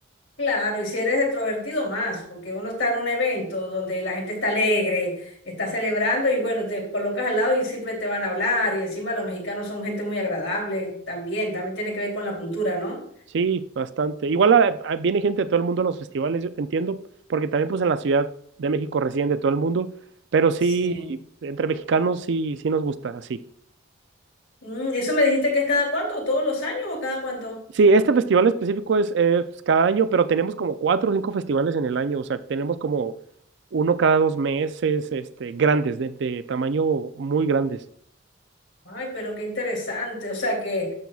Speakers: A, on the left; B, on the right.
A: Claro, y si eres extrovertido más, porque uno está en un evento donde la gente está alegre, está celebrando y bueno, te colocas al lado y siempre te van a hablar y encima los mexicanos son gente muy agradable también, también tiene que ver con la cultura, ¿no?
B: Sí, bastante. Igual a- a- viene gente de todo el mundo a los festivales, yo entiendo, porque también pues en la Ciudad de México residen de todo el mundo, pero sí,
A: Sí.
B: entre mexicanos sí, sí nos gusta, así.
A: Mm, ¿Eso me dijiste que es cada cuánto? ¿Todos los años o cada cuánto?
B: Sí, este festival específico es, es pues, cada año, pero tenemos como cuatro o cinco festivales en el año, o sea, tenemos como uno cada dos meses, este, grandes, de, de tamaño muy grandes.
A: Ay, pero qué interesante. O sea que,